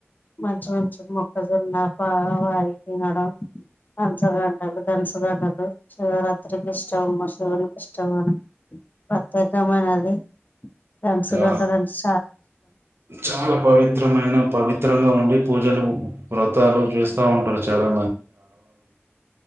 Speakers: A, on the left; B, on the right.
A: మంచి మంచి మొక్కజొన్నా పావాయి తినడం అన్ంచగడ్ అ <inaudible> ధనసట్టదు శివరాత్రికి ఇష్టవమ్ శివునికి ఇష్టం పద్దత్ ఉత్తమైనది క్యన్న్సెగడ్డరన్స్
B: చాలా చాలా పవిత్రమైన పవి చిత్రలొ ఉండి పూజలు వ్రతాలు చేస్తా ఉంటారు చాలా